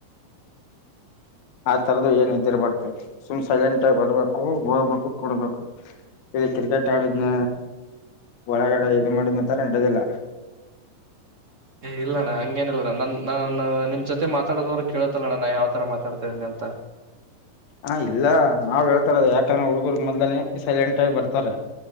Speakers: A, on the right (about 45°); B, on the left (about 65°).
A: <inaudible>
B: ಆ ತರದ್ದು ಏನ್ ಇದಿರ್ಬಡ್ತ ಸುಮ್ ಸೈಲೆಂಟ್ ಆಗಿ ಬರ್ಬೇಕು ಹೋಗ್ಬೇಕು ಕುಡ್ಬೇಕು ಇಲ್ಲಿ ಕ್ರಿಕೆಟ್ ಆಟಾಡುದ್ನ ಒಳಗಡೆ ಇದು ಮಾಡುದ್ಂತರ ನಡದಿಲ್ಲ
A: ಇಲ್ಲ ಅಣ್ಣ ಹಂಗೇನಿಲ್ಲಣ್ಣ ನನ್ ನಾನ್ ನಿಮ್ ಜೊತೆ ಮಾತಾಡೋದವ್ರರು ಕೇಳುತ್ತಲ್ಲಣ್ಣ ನಾ ಯಾವ ತರ ಮಾತಾಡ್ತೇಿದನಿ ಅಂತ
B: ಹಾ ಇಲ್ಲ ನಾವ್ ಹೇಳ್ತಾರದ ಯಾಕಂದ್ರೆ ಹುಡ್ಗರು ಮೊದಲನನೆ ಸೈಲೆಂಟ್ ಆಗಿ ಬರ್ತಾರ